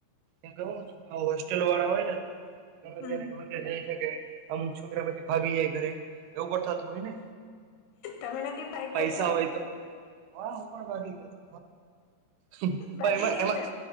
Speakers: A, on the right (about 85°); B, on the left (about 80°).
A: <unintelligible> ટલવાળા હોય ને. ગમે
B: હમ
A: ત્યાં ને ગમે ત્યાં જાય શકે. અમુક છોકરા પછી ભાગી જાય ઘરે. એવું કરતા ત હોયને,
B: તમે નથી ભાગ્યા
A: પૈસા
B: ક્યારે
A: હોય તો. હા, હુ પણ ભાગી ગયો તો પણ
B: ભાગી
A: એમાં,
B: ગયા
A: એમાં
B: ત